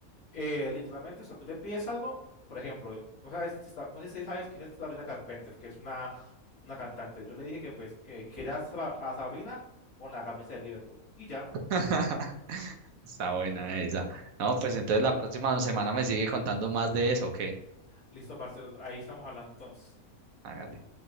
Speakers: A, on the left (about 70°); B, on the right (about 70°).
A: Eh, literalmente, o sea, tú le pides algo, por ejemplo, no sabes si está- no sé si sabes quién es Sabrina Carpenter, que es una, una cantante. Yo le dije que pues que quería a Sa- a Sabrina con la camisa de Liverpool. Y ya,
B: <laughs> Está buena esa. No, pues entonces la próxima semana me sigue contando más de eso, ¿o qué?
A: listo, Marcelo, ahí estamos hablando entonces.
B: Hágale.